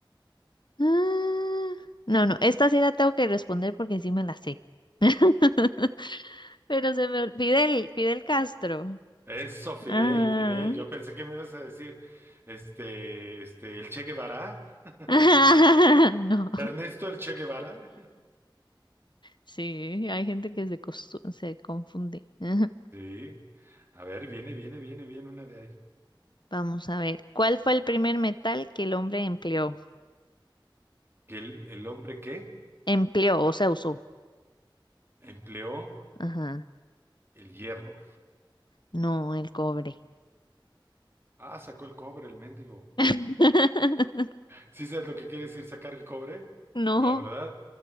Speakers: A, on the left; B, on the right.
A: Ah. No, no, esta sí la tengo que responder porque sí me la sé. <laughs> Pero se me olvidó. Fidel, Fidel Castro.
B: Eso, Fidel,
A: Ah.
B: Fidel. Yo pensé que me ibas a decir, este, este, el Che Guevara. <laughs>
A: <laughs> No.
B: Ernesto el Che Guevara.
A: Sí, hay gente que se, costu- se confunde. <laughs>
B: Sí. A ver, viene, viene, viene, viene una de ahí.
A: Vamos a ver. ¿Cuál fue el primer metal que el hombre empleó?
B: Que el, el hombre que
A: Empleó, o sea, usó.
B: empleó
A: Ajá.
B: el hierro.
A: No, el cobre.
B: Ah, sacó el cobre, el mendigo.
A: <laughs>
B: ¿Sí sabes lo que quiere decir sacar el cobre?
A: No.
B: No, ¿verdad?